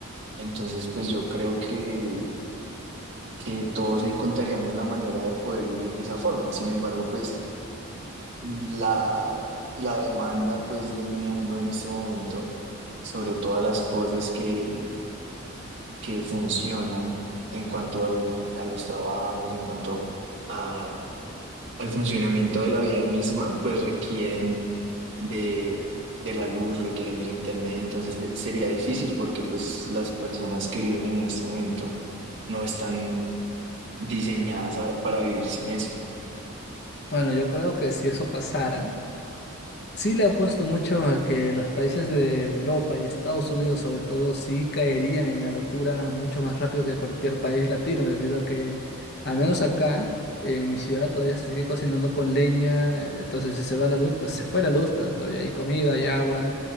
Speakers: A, on the right; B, on the left.
A: Entonces pues yo creo que, que todos encontraríamos la manera de poder vivir de esa forma. Sin embargo, pues la, la demanda pues del mundo en este momento sobre todas las cosas que que funcionan en cuanto al- a los trabajos, en cuanto a- al funcionamiento de la vida misma, pues requieren de, de la luz, requieren del internet, entonces de- sería difícil porque pues las personas que viven en este momento no están diseñadas a- para vivir sin eso.
B: Bueno, yo creo que si eso pasara, Sí le apuesto mucho a que los países de Europa y Estados Unidos sobre todo sí caerían en la locura mucho más rápido que cualquier país latino, debido a que al menos acá, en mi ciudad, todavía se sigue cocinando con leña, entonces si se va la luz, pues se fue la luz, pero todavía hay comida, hay agua,